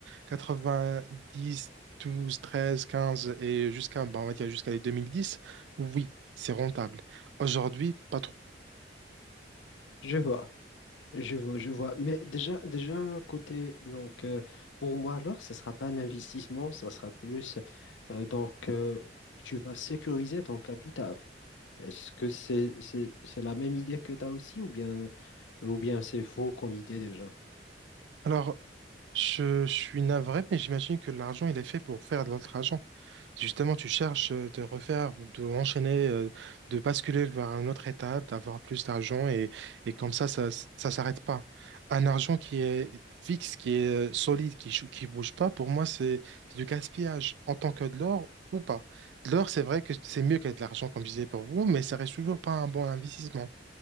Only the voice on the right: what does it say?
90, 12, 13, 15 et jusqu'à, bah, on va dire jusqu'à les 2010, oui, c'est rentable. Aujourd'hui, pas trop.
Alors, je, je suis navré, mais j'imagine que l'argent, il est fait pour faire de l'autre argent. Justement, tu cherches euh, de refaire, ou de enchaîner, euh, de basculer vers une autre étape, d'avoir plus d'argent et, et comme ça, ça ne s'arrête pas. Un argent qui est fixe, qui est euh, solide, qui chou- qui bouge pas, pour moi, c'est c'est du gaspillage en tant que de l'or ou pas. De l'or, c'est vrai que c'est mieux qu'être de l'argent, comme je disais pour vous, mais ça reste toujours pas un bon investissement.